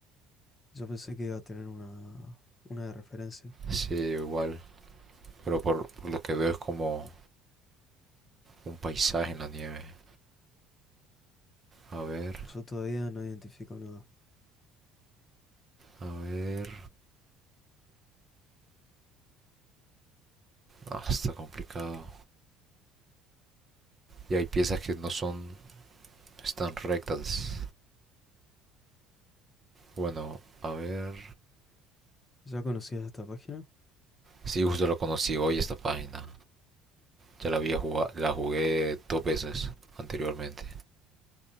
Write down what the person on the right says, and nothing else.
Sí, igual. Pero por, por lo que veo es como un paisaje en la nieve. A ver,
a ver. Ah, está complicado. Y hay piezas que no son, están rectas. Bueno, a ver.
Sí, justo lo conocí hoy esta página. Ya la había jugado, la jugué dos veces anteriormente.